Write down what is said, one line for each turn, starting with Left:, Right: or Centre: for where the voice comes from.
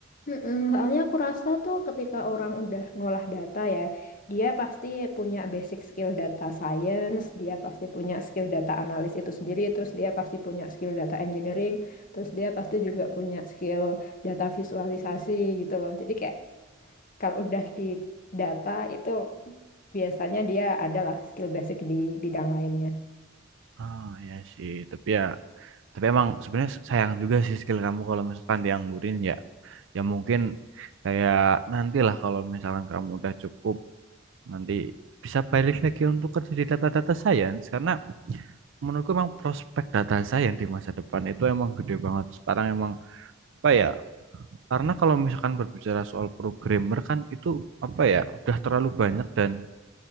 Left: Mm-mm, soalnya aku rasa tuh ketika orang udah ngolah data ya, dia pasti punya basic skill data science, dia pasti punya skill data analis itu sendiri, terus dia pasti punya skill data engineering, terus dia pasti juga punya skill data visualisasi gitu loh. Jadi kayak kalau udah di data itu biasanya dia adalah skill basic di bidang lainnya.
Right: Ah ya sih, tapi ya tapi emang sebenarnya sayang juga sih skill kamu kalau misalkan dianggurin ya. Ya mungkin kayak nantilah kalau misalkan kamu udah cukup nanti bisa balik lagi untuk kerja di data-data science karena menurutku emang prospek data science di masa depan itu emang gede banget. Sekarang emang apa ya? Karena kalau misalkan berbicara soal programmer kan itu apa ya udah terlalu banyak dan